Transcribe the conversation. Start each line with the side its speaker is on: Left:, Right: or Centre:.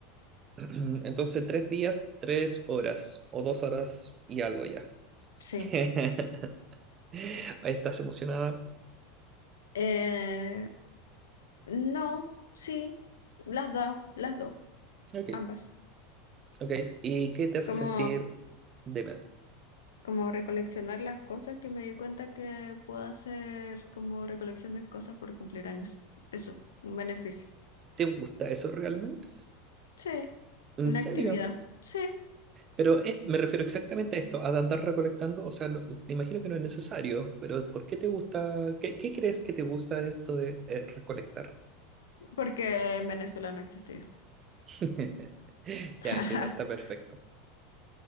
Right: <clears throat> Entonces, tres días, tres horas o dos horas y algo ya.
Left: sí.
Right: <laughs> Estás emocionada.
Left: Eh, no, sí, las dos, las dos,
Right: Ok,
Left: ambas.
Right: ok. ¿Y qué te hace
Left: Como,
Right: sentir? Dime,
Left: como recoleccionar las cosas que me di cuenta que puedo hacer como recolección de cosas por cumplir años. Eso, un beneficio.
Right: ¿te gusta eso realmente?
Left: Sí,
Right: ¿En
Left: una
Right: serio?
Left: actividad. Sí,
Right: Pero es- me refiero exactamente a esto, a andar recolectando. O sea, no- me imagino que no es necesario, pero ¿por qué te gusta? ¿Qué, qué crees que te gusta de esto de eh, recolectar?
Left: porque en Venezuela no existía.
Right: <laughs>
Left: <laughs>
Right: Ya entiendo, está perfecto.